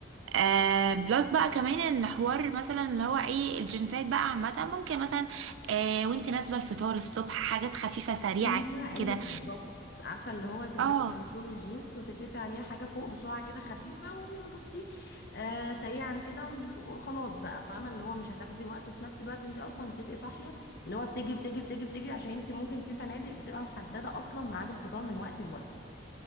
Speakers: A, on the right (about 80°); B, on the left (about 55°).
A: آه بلس بقى كمان ان حوار مثلا اللي هو ايه الجنسات بقى عامة ممكن مثلا آه وانت نازلة الفطار الصبح حاجات خفيفة سريعة
B: ايوه ايوه
A: كده
B: بالظبط عارفه اللي هو تلبسي
A: اه
B: على طول جينز وتلبسي عليه حاجه فوق بسرعه كده خفيفه وبصي آه سريعا كده وخلاص بقى فاهمه اللي هو مش هتاخدي وقت وفي نفس الوقت انت اصلا بتبقي صاحيه اللي هو بتجري بتجري بتجري بتجري عشان انت ممكن في فنادق بتبقى محدده اصلا ميعاد الفطار من وقت لوقت